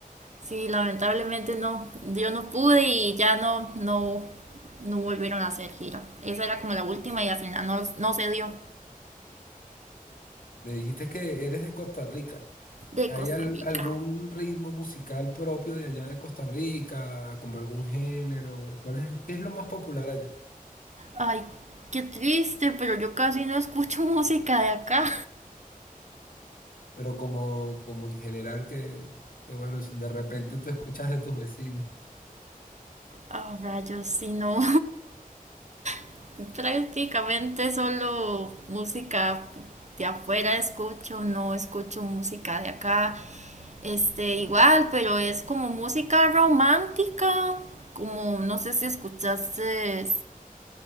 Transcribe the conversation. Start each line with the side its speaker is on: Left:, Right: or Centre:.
Right: Sí, lamentablemente no, yo no pude y ya no, no, no volvieron a hacer gira. Esa era como la última y al final no, no se dio
Left: Me dijiste que eres de Costa Rica.
Right: de
Left: ¿Hay
Right: Costa
Left: al-
Right: Rica.
Left: algún ritmo musical propio de allá de Costa Rica, como algún género? ¿Cuál es, qué es lo más popular allá?
Right: Ay, qué triste, pero yo casi no escucho <laughs> música de acá.
Left: pero como, como en general que, que, bueno, si de repente tú escuchas de tus vecinos,
Right: Ah, rayos, si no. <laughs> Prácticamente solo música de afuera escucho, no escucho música de acá. Este, igual, pero es como música romántica, como no sé si escuchaste